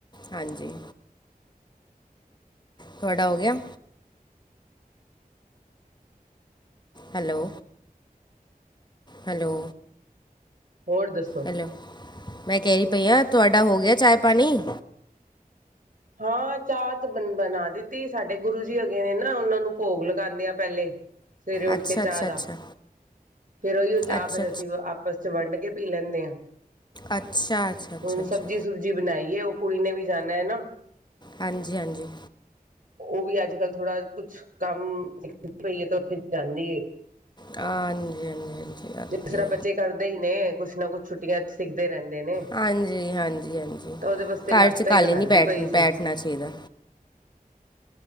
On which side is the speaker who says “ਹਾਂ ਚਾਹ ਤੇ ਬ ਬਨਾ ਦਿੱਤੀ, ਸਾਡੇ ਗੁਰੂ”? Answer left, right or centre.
Right